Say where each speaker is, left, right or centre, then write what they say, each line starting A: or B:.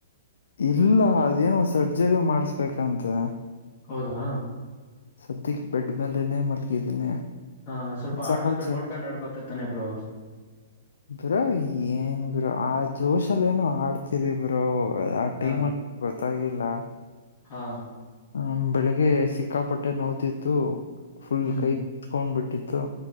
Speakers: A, on the left; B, on the left.
A: ಇಲ್ಲ ಅದೇನು ಸರ್ಜರಿ ಮಾಡಿಸ್ಬೇಕಂತೆ
B: ಹೌದಾ
A: ಸದ್ಯಕ್ಕೆ ಬೆಡ್ ಮೇಲೇ ಮಲಗಿದ್ದೀನಿ
B: ಹಾ ಸ್ವಲ್ಪ ಆಡ್ಬೇಕ್ರ
A: ಸಮಾಚಾರ
B: ನೋಡ್ಕೊಂಡ್ ಆಡ್ಬೇಕ ತಾನೆ ಇ ಬ್ರೋ
A: ಬ್ರೋ ಏನ್ ಬ್ರೋ ಆ ಜೋಶಲ್ಲ ಏನು ಆಡ್ತ ಚಿರಿಬ್ರೋ ಆ
B: ಹಾ
A: ಟೈಮಲ್ಲಿ ಗೊತ್ತಾಗಿಲ್ಲ
B: ಹಾ
A: ಹ್ಮ ಬೆಳಿಗ್ಗೆ ಸಿಕ್ಕಾಪಟ್ಟೆ ನೋಯಿತಿತ್ತು ಫುಲ್
B: ಹ್ಮ್
A: ಕೈ ಹುತಕೋಂಡ್ ಬಿಟ್ಟಿತ್ತು